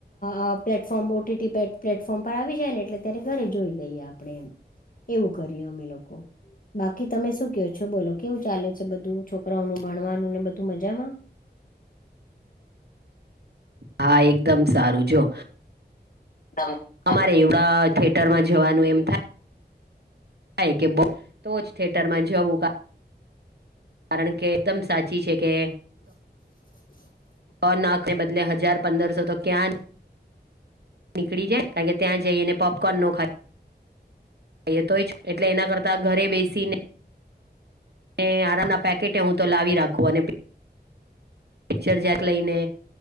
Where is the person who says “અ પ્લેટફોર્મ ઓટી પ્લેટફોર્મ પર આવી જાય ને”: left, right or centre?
Left